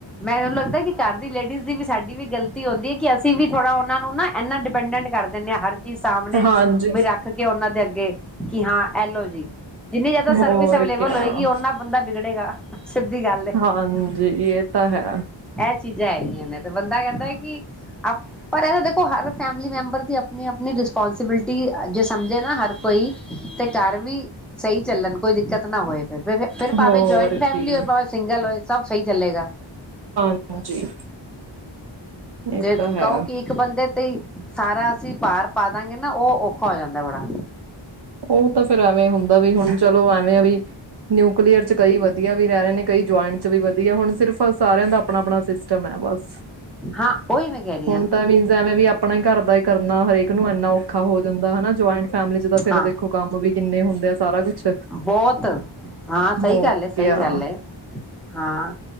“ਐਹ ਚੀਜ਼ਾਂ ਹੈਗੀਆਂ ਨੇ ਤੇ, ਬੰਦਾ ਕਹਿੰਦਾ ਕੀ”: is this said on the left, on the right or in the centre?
Centre